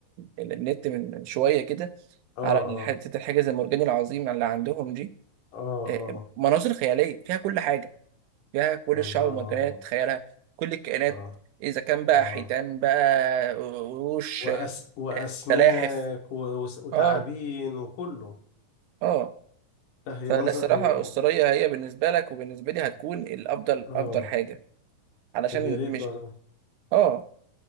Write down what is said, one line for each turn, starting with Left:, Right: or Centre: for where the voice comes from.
Right: ال النت من من شوية كده
Left: اه
Right: على ال-
Left: اه
Right: حتة الحاجز المرجاني العظيم اللي عندهم دي
Left: اه
Right: آه،
Left: اه
Right: مناظر خيالية فيها كل حاجة فيها كل
Left: الله
Right: الشعب المرجانية تتخيلها كل الكائنات
Left: اه
Right: إذا كان بقى
Left: اه
Right: حيتان بقى قروش
Left: وأس
Right: آه،
Left: وأسماك
Right: سلاحف
Left: و- وس- وتعابين
Right: اه
Left: وكله
Right: اه
Left: لا هي
Right: فلا
Left: منظر
Right: الصراحة
Left: هو
Right: أستراليا هي بالنسبة لك وبالنسبة لي هتكون الأفضل
Left: اه
Right: أفضل حاجة علشان
Left: طب يا ريت
Right: مش
Left: ولا
Right: اه